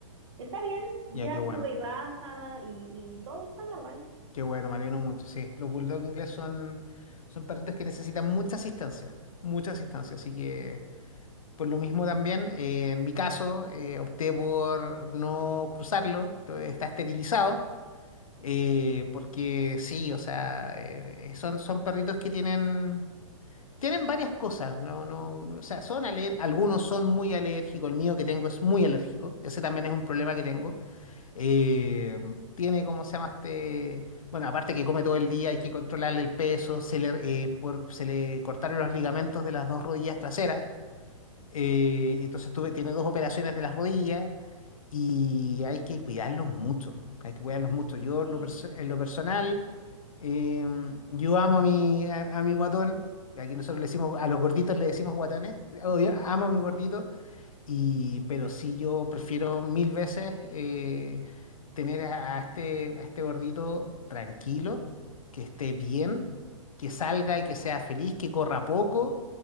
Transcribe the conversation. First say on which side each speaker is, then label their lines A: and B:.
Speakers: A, on the right; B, on the left.
A: Está bien, ya
B: Ya, qué bueno.
A: sube y baja y, y todo está normal.
B: Qué bueno, me alegro mucho. Sí, los bulldog inglés son, son perritos que necesitan mucha asistencia. Mucha asistencia. Así que, por lo mismo también, eh, en mi caso, eh, opté por no cruzarlo. to- Está esterilizado. eh, porque sí, o sea, eh, son, son perritos que tienen. Tienen varias cosas, no, no, no, o sea, son aler- algunos son muy alérgicos, el mío que tengo es muy alérgico, ese también es un problema que tengo. Eh, tiene, ¿cómo se llama este? Bueno, aparte que come todo el día, hay que controlarle el peso, se le, eh, por- se le cortaron los ligamentos de las dos rodillas traseras, eh, y entonces tuve, tiene dos operaciones de las rodillas y hay que cuidarlos mucho, hay que cuidarlos mucho. Yo
A: Sí,
B: en lo perso- en lo personal... Eh, yo amo a mi, a, a mi guatón. que Aquí nosotros le decimos, a los gorditos le decimos guatones. Oh, yo amo a mi gordito. Y, pero sí, yo prefiero mil veces eh, tener a, a este, a este gordito tranquilo, que esté bien, que salga y que sea feliz, que corra poco